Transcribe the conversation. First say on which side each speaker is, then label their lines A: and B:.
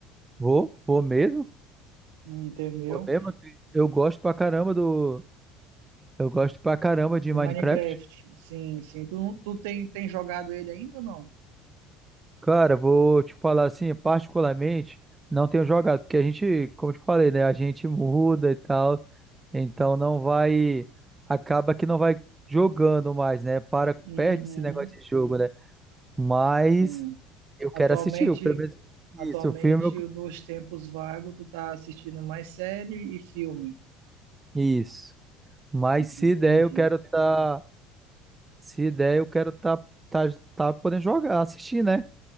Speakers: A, on the right; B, on the right.
A: Vou, vou mesmo.
B: Entendeu?
A: Vou mesmo. Eu gosto pra caramba do. Eu gosto pra caramba de
B: Do
A: Minecraft.
B: Minecraft. Sim, sim. Tu, não- tu tem, tem jogado ele ainda ou não?
A: Cara, vou te falar assim, particularmente, não tenho jogado, porque a gente, como eu te falei, né? A gente muda e tal, então não vai, acaba que não vai jogando mais, né? Para,
B: Uhum,
A: perde esse negócio de jogo, né? Mas
B: sim.
A: eu
B: Atualmente,
A: quero assistir, o pelo menos isso,
B: atualmente,
A: o filme, eu-
B: nos tempos vagos, tu tá assistindo mais série e filme.
A: isso. Mas se
B: Entendi.
A: der, eu quero tá, se der, eu quero tá, tá, tá podendo jogar, assistir, né?